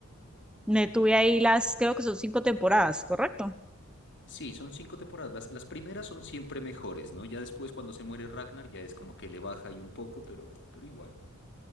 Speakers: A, in the centre; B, on the left (about 60°).
A: me tuve ahí las, creo que son cinco temporadas, ¿correcto?
B: Sí, son cinco temporadas. Las, las primeras son siempre mejores, ¿no? Ya después cuando se muere Ragnar ya es como que le baja ahí un poco, pero, pero igual.